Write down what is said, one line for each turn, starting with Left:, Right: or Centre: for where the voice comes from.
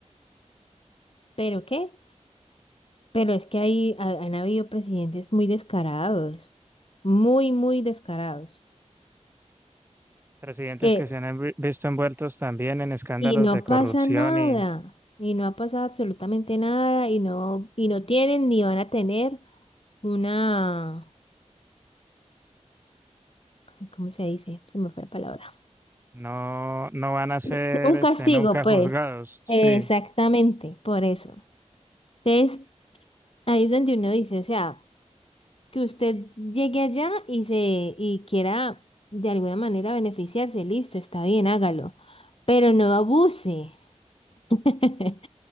Left: ¿pero qué? Pero es que ahí ha- han habido presidentes muy descarados, muy, muy descarados,
Right: presidentes
Left: que
Right: que se han envi- visto envueltos también en escándalos
Left: Y no
Right: de corrupción
Left: pasa nada,
Right: y
Left: y no ha pasado absolutamente nada, y no, y no tienen ni van a tener una, ay, ¿cómo se dice? Se me fue la palabra.
Right: no, no van a ser
Left: <laughs> Un
Right: este,
Left: castigo,
Right: nunca
Left: pues.
Right: juzgados. Sí,
Left: Exactamente, por eso. Entonces, ahí es donde uno dice, o sea, que usted llegue allá y se, y quiera de alguna manera beneficiarse, listo, está bien, hágalo, pero no abuse. <laughs>